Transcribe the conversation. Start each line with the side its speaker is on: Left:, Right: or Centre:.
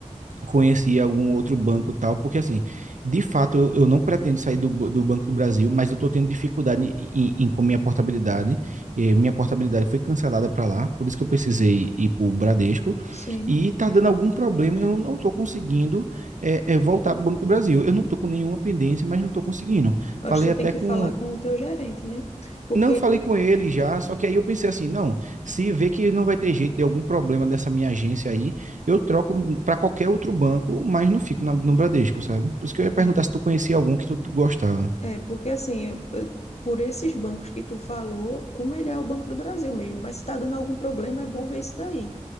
Right: conhecia algum outro banco tal, porque assim, de fato, eu, eu não pretendo sair do, do Banco do Brasil, mas eu estou tendo dificuldade em, em- com minha portabilidade. Eh, minha portabilidade foi cancelada para lá, por isso que eu precisei ir para o Bradesco,
Left: Sim.
Right: e está dando algum problema, eu não estou conseguindo eh, eh, voltar para o Banco do Brasil. Eu não estou com nenhuma pendência, mas não estou conseguindo.
Left: Eu
Right: Falei
Left: acho que
Right: até
Left: tu tem que
Right: com,
Left: falar com o teu gerente, né? Porque
Right: não falei com ele já, só que aí eu pensei assim, não, se vê que não vai ter jeito de algum problema dessa minha agência aí, eu troco para qualquer outro banco, mas não fico na, no Bradesco, sabe? Por isso que eu ia perguntar
Left: é,
Right: se tu conhecia algum que tu gostava.
Left: É, porque assim, eu- eu- por esses bancos que tu falou, o melhor é o Banco do Brasil mesmo. Mas se tá dando algum problema, é bom ver isso daí,